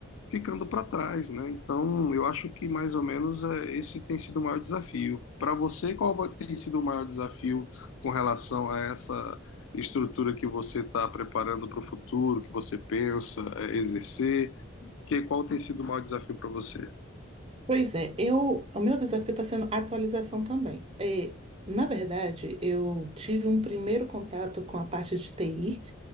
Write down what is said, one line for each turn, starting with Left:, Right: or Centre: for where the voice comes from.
Left: ficando para trás, né? Então, eu acho que mais ou menos é, esse tem sido o maior desafio. Para você, qual vai- tem sido o maior desafio com relação a essa estrutura que você está preparando para o futuro, que você pensa é, exercer? Que, qual tem sido o maior desafio para você?
Right: Pois é, eu, o meu desafio está sendo atualização também. É, na verdade, eu tive um primeiro contato com a parte de TI